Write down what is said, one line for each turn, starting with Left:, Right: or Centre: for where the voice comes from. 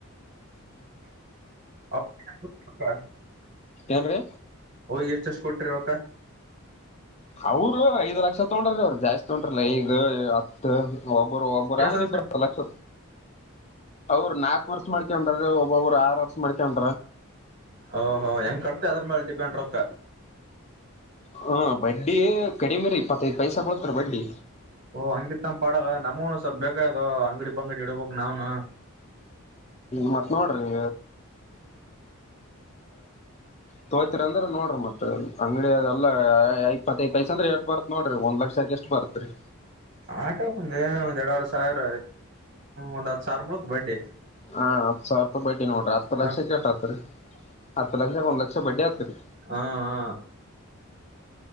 Right: ಹ
Left: ಏನ್ ರ
Right: ಹ್ ಎಷ್ಟ ಎಷ್ಟ ಕೊಟ್ರಿ ರಕ್ಕ
Left: ಅವರು ಐದ್ ಲಕ್ಷ ತಗೊಂಡ್ರ ಅವರು ಜಾಸ್ತಿ ತೊಂಟ್ರಲ್ಲ ಐದ ಹತ್ತು ಒಬ್ಬರು ಒಬ್ಬರು
Right: ಎಸ್
Left: ಹ
Right: ಎಸ್
Left: ಇಬ್ಬರು ಲಕ್ಷ ಅವರು ನಾಲ್ಕ್ ವರ್ಷ ಮಾಡ್ಕನ್ ಒಬ್ಬೊಬ್ರು ಆರು ವರ್ಷ ಮಾಡ್ಕನ್
Right: ಓಹೋ ಹೆಂಗ್ ಕಟ್ ಅದ್ರ ಮೇಲೆ ಡಿಪೆಂಡ್ ರೊಕ್ಕ
Left: ಹಾ ಬಡ್ಡಿ ಕಡಿಮೆ ರೀ ಇಪ್ಪತ್ತೈದ್ ಪೈಸ ಬತ್ರಿ ಬಡ್ಡಿ
Right: ಓ ಹಂಗಿತ್ ನಮ್ಮ ಪಾಲ್ಲ ನಮಗನು ಸ್ವಲ್ಪ ಬೇಕಾಯ ಅಂಗಡಿ ಪಂಗಡಿ ಇಡ್ಬಕ್ ನಾವ್ನು
Left: ಮತ್ ನೋಡ್ರಿ ತೋಯತರಿ ಅಂದ್ರ ನೋಡಿ ಮತ್ ಅಂಗಡಿ ಅದೆಲ್ಲಾ ಇಪ್ಪತೈದು ಪೈಸೆ ಎಡ್ ಬರತ್ ನೋಡ್ರಿ ಒಂದ್ ಲಕ್ಷ ಏಷ್ಟು ಬರ್ತ್ರಿ
Right: ಆಟ ಒಂದ ಒಂದ್ ಎರಡ್ವರ್ ಸಾವಿರ ಒಂದ್ ಹತ್ ಸಾವಿರತ್ ಬಡ್ಡಿ
Left: ಹಾ ಹತ್ತು ಸಾವಿರ ರೂಪಾಯಿ ಬೈಡ್ಡಿ ನೋಡ್ರಿ ಹತ್ತು ಲಕ್ಷ
Right: ಹ
Left: ಕೆಟತ್ರಿ ಹತ್ತು ಲಕ್ಷ ಒಂದ್ ಲಕ್ಷ ಬಡ್ಡಿ ಆತ್ರಿ
Right: ಹಾ ಹಾ